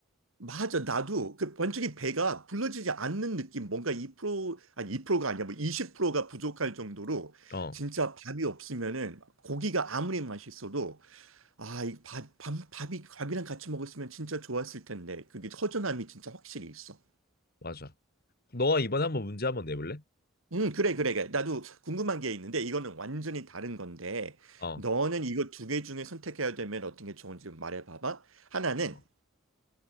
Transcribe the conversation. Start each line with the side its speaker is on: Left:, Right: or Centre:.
Right: 맞아. 나도 그 완전히 배가 불러지지 않는 느낌, 뭔가 2%, 아니 2%가 아니야, 뭐프0가 부족할 정도로
Left: 어,
Right: 진짜 밥이 없으면은 고기가 아무리 맛있어도 아, 이 밥, 밥, 밥이 밥이랑 같이 먹었으면 진짜 좋았을 텐데 그게 허전함이 진짜 확실히 있어.
Left: 맞아. 너가 이번에 한번 문제 한번 내볼래?
Right: 음, 그래, 그래, 그래. 나도 궁금한 게 있는데 이거는 완전히 다른 건데
Left: 어,
Right: 너는 이거 두 개 중에 선택해야 되면 어떤 게 좋은지 말해봐봐. 하나는
Left: 어,